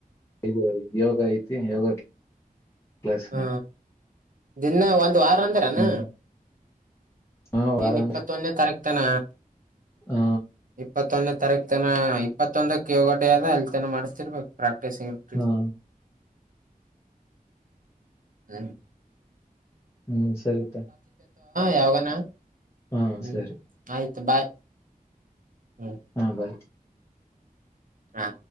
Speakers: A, on the left (about 20°); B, on the right (about 60°).
A: ಇದು ಯೋಗ ಐತಿ ಯೋಗ ಕ್ಲಾಸ್
B: ಹಾ ದಿನ ಒ ದು ಆರ ಅಂತಾರಾನ
A: ಹ್ಮ್ ಹ ವಾರ
B: ಏನ್ ಇಪ್ಪತ್ತೊಂದನೇ
A: ಅಂದ್ರ
B: ತಾರೀಕು ತ್ತನ
A: ಹ
B: ಇಪ್ಪತ್ತನ್ನ ತರಕ್ತನ ಇಪ್ಪತ್ತೊಂದಕ್ಕೆ ಯಗಡ ಆದದ ಅಲ್ಲಿ ತನ ಮಾಡಿಸಸ್ತಿರ್ಬೇಕು ಪ್ರ ೇಸೆಂಗಟಿ
A: ಹಾ
B: <inaudible> ಹ್ಮ
A: ಹ್ಮ್ ಸರಿತ
B: ಯಾವಾಗನಾ
A: ಹಾ
B: ಹ್ಮ್
A: ಸರಿ
B: ಆಯ್ತು ಬಾಯ್ ಹ್ಮ
A: ಹಾ ಬಾಯ್.
B: ಹಾ